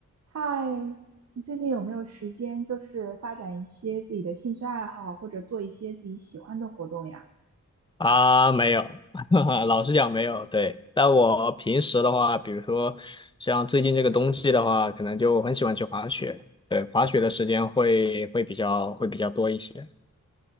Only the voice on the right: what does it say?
嗨，你最近有没有时间，就是发展一些自己的兴趣爱好，或者做一些自己喜欢的活动呀？